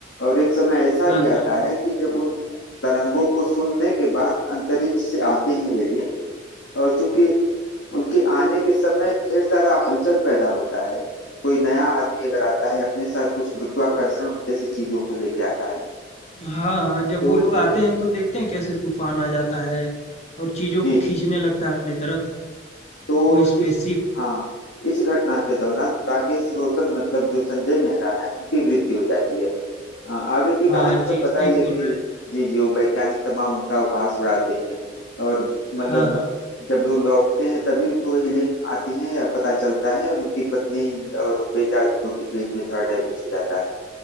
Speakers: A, on the left; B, on the left.
A: और एक समय ऐसा
B: हाँ,
A: भी
B: हाँ।
A: आता है कि जब उन तरंगों को सुनने के बाद अंतरिक्ष से आते हैं एलियन और चूंकि उनके आने के समय ढेर सारा हलचल पैदा होता है कोई नया आदमी अगर आता है अपने साथ कुछ गुरुत्वाकर्षण जैसी चीजों को लेके आता है
B: हाँ, हाँ, जब
A: तो
B: वो लोग आते हैं तो देखते हैं कैसे तूफ़ान आ जाता है और चीज़ों
A: जी
B: को खींचने
A: जी
B: लगता है अपनी तरफ,
A: तो
B: वो स्पेसशिप।
A: इस हाँ इस घटना के दौरान राकेश रोशन मतलब जो संजय मेहरा है उनकी मृत्यु हो जाती है आ, आगे की कहानी
B: हाँ जी,
A: तो पता
B: सही
A: ही
B: बोल
A: है कि
B: रहे हैं।
A: जी जी वो वैज्ञानिक तमाम उनका उपहास उड़ाते हैं और मतलब
B: हाँ, हाँ।
A: जब वो लौटते हैं तभी तो एलियन आते हैं या पता चलता है और उनकी पत्नी और बेटा जो कि पेट में थोड़ा डैमेज हो जाता है